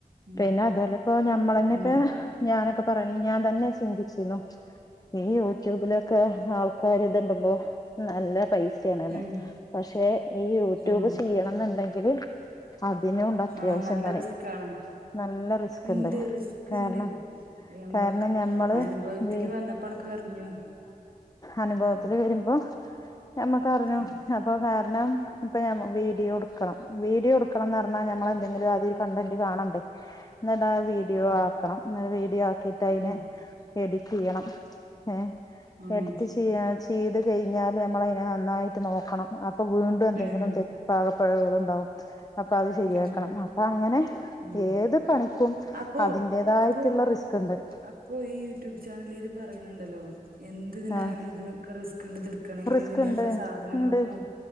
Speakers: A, on the right; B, on the left.
A: ഉം
B: പിന്നെ അതോലിപ്പൊ ഞമ്മളന്നെ ഇപ്പ
A: ഉം
B: ഞാനൊക്കെ പറയണ ഞാൻ തന്നെ ചിന്തിച്ചിന്നു ഈ യൂട്യൂബില് ക്കെ ആൾക്കാര് ഇതിണ്ട്പോ നല്ല പൈസയാണ്ന്ന്
A: ഉം
B: പഷെ ഈ യൂട്യൂബ്
A: ആഹ്
B: ചെയ്യണന്നിണ്ടെങ്കില് അതിനൂണ്ട് അത്യാവശ്യം
A: ആഹ് നല്ല
B: പണി
A: റിസ്കാണ്
B: നല്ല റിസ്ക്
A: ഇണ്ട്
B: ഉണ്ട്
A: റിസ്കിണ്ട്
B: കാരണം
A: ഞമ്മൾക്ക്
B: കാരണം ഞമ്മള്
A: അനുഭവത്തിൽ
B: വി
A: വന്നപ്പോണൊക്കെ അറിഞ്ഞു
B: അനുഭവത്തിൽ
A: ഉം
B: വരുമ്പോ നമ്മക്കറിഞ്ഞു
A: ഉം
B: അപ്പൊ കാരണം ഇപ്പൊഞാ വീഡിയോടുക്കണം വീഡിയോടു ക്കണംന്നർഞ്ഞാ നമ്മളെന്തെങ്കിലും ആദ്യൊരു കണ്ടന്റ് കാണണ്ടെ എന്നിട്ടാ വീഡിയോ
A: ഉം ആഹ്
B: ആക്കണം എന്നട് വീഡിയൊ ആക്കിട്ട് അയ്നെ
A: ആഹ്
B: എഡിറ്റെയ്യണം ഏഹ്
A: ആഹ്
B: എഡിറ്റ് ചെയ്യ ചെയ്ത് കഴിഞ്ഞാല് നമ്മളതിനെ നന്നായിട്ട് നോക്കണം അപ്പ വീണ്ടും എ-
A: ഉം
B: ന്തെങ്കിലും തെ പാക പ്പെഴകളുണ്ടാവും അപ്പത് ശരിയാക്കണം
A: ഉം
B: അപ്പ അങ്ങനെ
A: ഉം
B: ഏത് പണിക്കും
A: അപ്പോ
B: അതിന്റേതായിട്ടുള്ള
A: അപ്പോ
B: റിസ്ക് ഉണ്ട്
A: അപ്പോ ഈ യൂട്യൂബ് ചാനലാര് പറയണിണ്ടല്ലോ എന്തിതിനായാലും
B: ആഹ്
A: ഇതിനൊക്കെ റിസ്കിണ്ട് ഇതെടുക്കണെങ്കിൽ
B: റിസ്ക്
A: ഇതിനേണ്ട
B: ഇണ്ട്
A: സാധനങ്ങൾക്കും
B: ഇണ്ട്